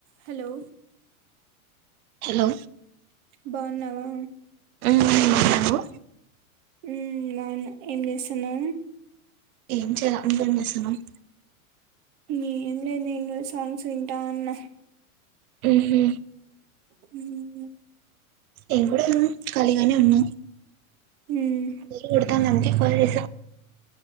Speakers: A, on the right (about 35°); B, on the right (about 80°).
A: హలో
B: హలో
A: బావున్నావా
B: ఉమ్
A: హ్మ్ నాన్న ఏం చేస్తున్నా
B: ఏం చేయాల ఇంకేం చేస్తున్నావ్
A: ఏం లే నేను సాంగ్స్ వింటా ఉన్న
B: ఉహు
A: హ్మ్ హ్మ్
B: నేను కూడా ఖాళీగానే ఉన్న
A: ఉమ్
B: నీళ్లు పడతాన్న రిఫరిసా